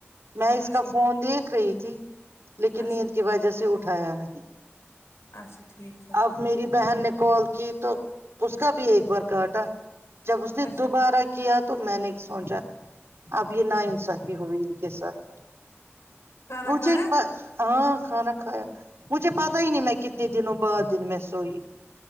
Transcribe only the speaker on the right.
میں اس
کا فون دیکھ رہی تھی لیکن
نیند کی وجہ سے اٹھایا نہیں
اب میری بہن نے کال کی تو اس کا بھی ایک بار کاٹا جب اس نے
دوبارہ کیا تو میں نے سوچا اب یے نا انصافی ہوئی ان کے ساتھ
مجھے
پر ہاں کھانا کھایا جے پتہ ہی نہیں میں کتنے دنوں بعد دن میں سوئی